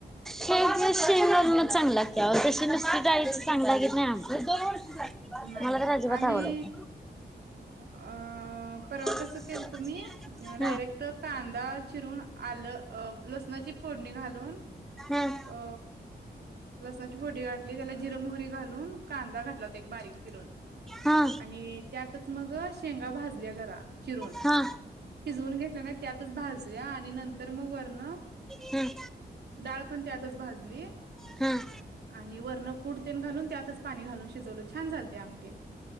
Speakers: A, in the centre; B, on the right.
A: हे श <unintelligible> चांगली लागत्या, नुसती डाळीची आमटी चांगली लागत नाही आमटी.
B: नाही-नाही
A: मला तर अजिबात
B: आम्ही.
A: आवडत नाही.
B: अ
A: हा.
B: परवा कसं केलत मी डायरेक्ट. फक्त कांदा चिरून, आलं, लसणाची फोडणी घालून
A: हम्.
B: अ लसणाची फोडणी घातली, त्याला जिर मोहरी घालून. कांदा घातला होता एक बारीक चीरून
A: हा.
B: आणि त्यातच मग शेंगा भाजल्या जरा चिरून.
A: हां.
B: शिजवून घेतल्या नाही, त्यातच भाजल्या, आणि नंतर मग वर्ण
A: हम्म.
B: डाळ पण त्यातच भाजली.
A: हम्.
B: आणि वरण कुठ तेन घालून, त्यातच पाणी घालून शिजवलं छान झालती आमटी.